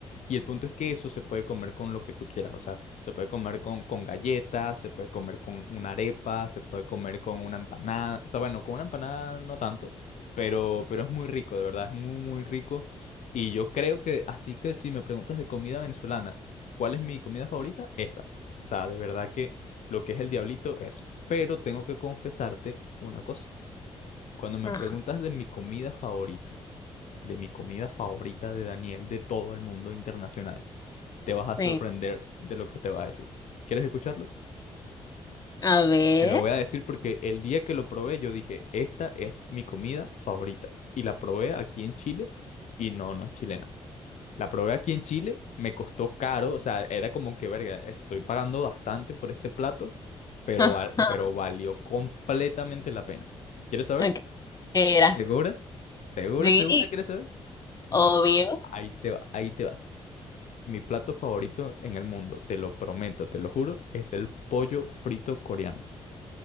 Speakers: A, on the left; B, on the left.
A: Y el punto es que eso se puede comer con lo que tú quieras, o sea, se puede comer con, con galletas, se puede comer con una arepa, se puede comer con una empanada, o sea, bueno, con una empanada no tanto, pero, pero es muy rico, de verdad, es muy, muy rico. Y yo creo que, así que si me preguntas de comida venezolana, ¿cuál es mi comida favorita? Esa. O sea, de verdad que lo que es el diablito es. Pero tengo que confesarte una cosa. Cuando me
B: Ah,
A: preguntas de mi comida favorita, de mi comida favorita de Daniel, de todo el mundo internacional te vas a sorprender
B: sí.
A: de lo que te va a decir. ¿Quieres escucharlo?
B: A ver.
A: Te lo voy a decir porque el día que lo probé yo dije, esta es mi comida favorita. Y la probé aquí en Chile y no, no es chilena. La probé aquí en Chile, me costó caro, o sea, era como que, verga, estoy pagando bastante por este plato, pero,
B: <laughs> Ajá.
A: val- pero valió completamente la pena. ¿Quieres saber?
B: Ok, ¿qué era?
A: ¿Segura? ¿Segura,
B: Sí,
A: segura quieres saber? Bueno,
B: obvio.
A: ahí te va, ahí te va. Mi plato favorito en el mundo, te lo prometo, te lo juro, es el pollo frito coreano.